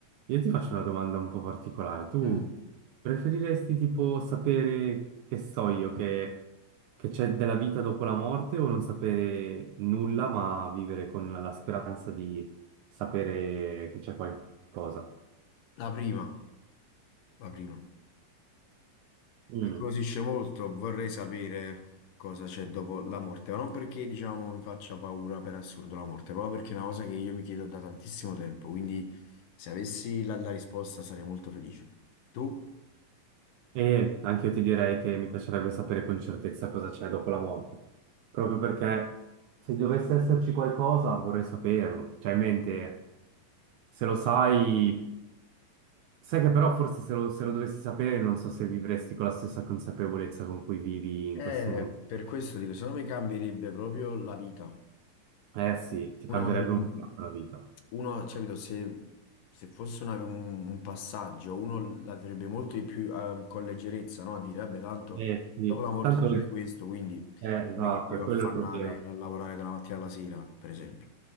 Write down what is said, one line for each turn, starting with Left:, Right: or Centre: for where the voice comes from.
Right: io ti faccio una domanda un po' particolare. Tu
Left: Mm.
Right: preferiresti tipo sapere, che so io, che, che c'è della vita dopo la morte o non sapere nulla, ma vivere con la, la speranza di sapere che c'è qualcosa?
Left: La prima, la prima.
Right: Mm.
Left: Mi incuriosisce molto, vorrei sapere cosa c'è dopo la morte, ma non perché, diciamo, mi faccia paura per assurdo la morte, proprio perché è una cosa che io mi chiedo da tantissimo tempo, quindi se avessi la, la risposta sarei molto felice. Tu?
Right: E anche io ti direi che mi piacerebbe sapere con certezza cosa c'è dopo la morte, proprio perché se dovesse esserci qualcosa vorrei saperlo. Cioè, in mente, se lo sai Sai che però forse se lo, se lo dovessi sapere non so se vivresti con la stessa consapevolezza con cui vivi in
Left: Eh,
Right: questo momento.
Left: per questo dico, secondo me cambierebbe proprio la vita.
Right: Eh sì, ti
Left: Uno,
Right: cambierebbe
Left: magari
Right: un
Left: non-
Right: po' la vita.
Left: uno, cioè, capito, se, se fosse una- un, un passaggio, uno l'avrebbe molto di più ehm, con leggerezza, no? A dire, vabbè, tanto
Right: Eh sì,
Left: dopo la morte
Right: tanto
Left: succede questo, quindi
Right: eh, esatto,
Left: non è che mi devo
Right: è quello
Left: affannare
Right: il problema.
Left: a lavorare dalla mattina alla sera, per esempio.